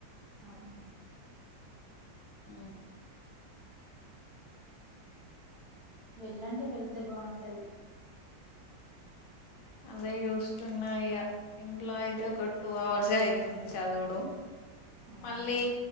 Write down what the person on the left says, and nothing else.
ఊ
అదే చూస్తున్నా ఇగ ఇంట్లో అయితే ఒక టూ అవర్సే అవుతుంది చదువుడు
మళ్ళీ